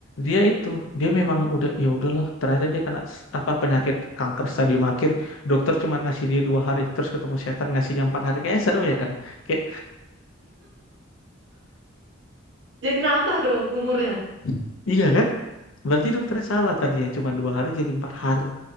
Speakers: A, on the left (about 75°); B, on the right (about 60°).
A: dia itu dia memang udah ya udahlah. Ternyata dia kena s- apa penyakit kanker stadium akhir. Dokter cuma ngasih dia dua hari, terus ketemu setan ngasihnya empat hari. Kayak seru ya kan? Kayak
B: Jadi nambah dong umurnya.
A: <laughs> iya kan? Berarti dokternya salah tadi yang cuma dua hari jadi empat hari.